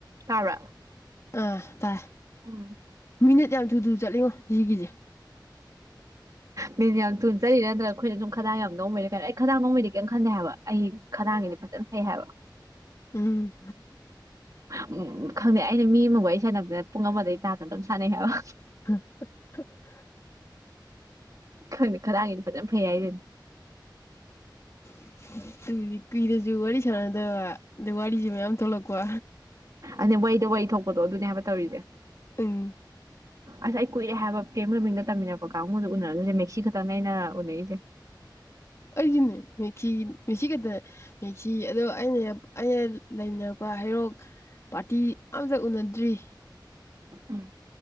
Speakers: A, on the right; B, on the left.
A: ꯇꯥꯕ꯭ꯔꯥ
B: ꯑꯥ ꯇꯥꯏ
A: ꯎꯝ
B: ꯃꯤꯅꯠ ꯌꯥꯝ ꯊꯨꯗꯨ ꯆꯠꯂꯤꯉꯣ ꯁꯤꯒꯤꯁꯦ
A: ꯃꯤ ꯌꯥꯝ ꯇꯨꯖꯔꯤꯥ ꯅꯠꯇ꯭ꯔꯒ ꯑꯩꯈꯣꯏꯅ ꯁꯨꯝ ꯈꯗꯥꯡ ꯌꯥꯝ ꯅꯣꯡꯃꯩꯔ ꯀꯩꯅꯣ ꯑꯩ ꯈꯗꯥꯡ ꯅꯣꯡꯃꯩꯗꯤ ꯀꯔꯤꯝ ꯈꯟꯗꯩ ꯍꯥꯏꯕ ꯑꯩ ꯈꯗꯥꯡꯒꯤꯗꯤ ꯐꯖꯅ ꯐꯩ ꯍꯥꯏꯕ
B: ꯎꯝ
A: ꯎꯝ ꯈꯪꯗꯦ ꯑꯩꯅ ꯃꯤ ꯑꯃꯕꯨ ꯑꯩ ꯁꯥꯟꯅꯕꯗꯅ ꯄꯨꯡ ꯑꯃꯗꯩ ꯇꯥꯗꯅ ꯑꯗꯨꯝ ꯁꯥꯟꯅꯩ ꯍꯥꯏꯕ
B: <inaudible>
A: ꯈꯪꯅ ꯈꯔ ꯑꯪꯒꯤꯅ ꯐꯖꯅ ꯐꯩ ꯍꯥꯏ ꯑꯗꯨ
B: <inaudible> ꯇꯨꯏ ꯀꯨꯏꯅꯁꯨ ꯋꯥꯔꯤ ꯋꯥꯔꯤ ꯁꯔꯗ ꯑꯗꯩ ꯋꯥꯔꯤꯁꯦ ꯃꯌꯥꯝ ꯊꯣꯛꯂꯛꯄ
A: ꯑ ꯋꯥꯩꯗ ꯋꯥꯍꯤ ꯊꯣꯛꯄ ꯇ ꯑꯗꯨꯅꯦ ꯍꯥꯏꯕ ꯇꯧꯔꯤꯁꯦ
B: ꯎꯝ
A: ꯑꯁ ꯑꯩ ꯀꯨꯏꯔꯦ ꯍꯥꯏꯕ ꯀꯦꯝ ꯔꯣꯃꯤꯡꯗ ꯇꯝꯃꯤꯟꯅꯔꯛꯄ ꯀꯥꯡꯉꯣꯟꯗ ꯎꯅꯔꯁꯤꯣꯏꯁꯦ ꯃꯦꯛꯁꯤ ꯈꯛꯇꯪ ꯑꯅ ꯎꯅꯔꯤꯁꯦ
B: ꯑꯩꯗꯤꯅꯦ ꯃꯦꯛꯁꯤ ꯃꯦꯛꯁꯤ ꯈꯛꯇꯅꯦ ꯃꯦꯛꯁꯤ ꯑꯗꯣ ꯑꯩꯅ ꯑꯩꯅ ꯂꯩꯃꯤꯟꯅꯔꯛꯄ ꯍꯩꯔꯣꯛ ꯄꯥꯔꯇꯤ ꯑꯃꯇ ꯎꯅꯗ꯭ꯔꯤ
A: ꯎꯝ